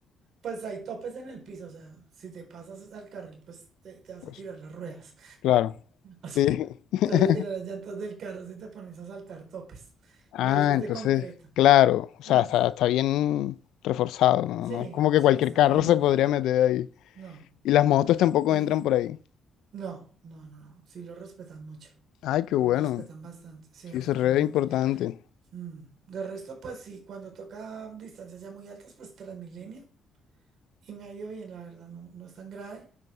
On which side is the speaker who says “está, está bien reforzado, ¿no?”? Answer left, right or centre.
Left